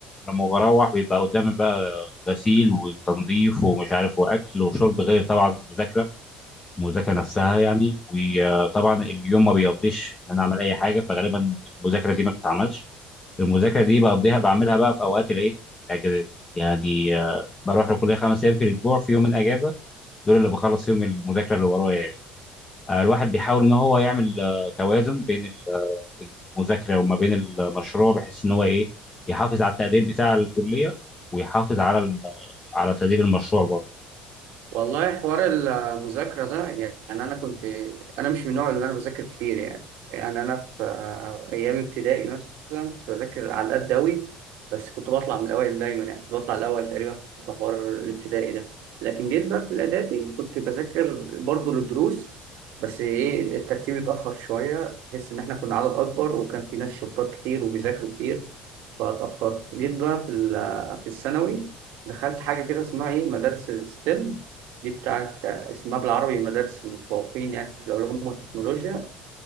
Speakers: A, on the left; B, on the right.
A: لما بروح بيبقى قدامي بقى غسيل وتنظيف ومش عارف واكل وشرب غير طبعا المذاكره المذاكره نفسها يعني وطبعا اليوم ما بيقضيش ان انا اعمل اي حاجه فغالبا المذاكره دي ما بتتعملش المذاكره دي بقضيها بعملها بقى في اوقات الايه الاجازات يعني آه، بروح الكليه خمس ايام في الاسبوع في يومين اجازه دول اللي بخلص فيهم المذاكره اللي ورايا يعني آه، الواحد بيحاول ان هو يعمل آه، توازن بين ال- آه، المذاكره وما بين المشروع بحيث ان هو ايه يحافظ على التقدير بتاع الكليه ويحافظ على ال- على تقدير المشروع برضه
B: والله حوار المذاكرة ده يعني أنا كنت أنا مش من النوع اللي أنا بذاكر كتير يعني يعني أنا في آه، أيام ابتدائي مثلا كنت بذاكر على قد أوي بس كنت بطلع من الأوائل دايما يعني كنت بطلع الأول تقريبا في حوار الابتدائي ده لكن جيت بقى في الإعدادي كنت بذاكر برضه للدروس بس إيه الترتيب اتأخر شوية تحس إن إحنا كنا عدد أكبر وكان في ناس شطار كتير وبيذاكروا كتير فاتأخرت جيت بقى في ال- في الثانوي دخلت حاجة كده اسمها إيه مدارس الستيم دي بتاعت اسمها بالعربي مدارس المتفوقين يعني في العلوم والتكنولوجيا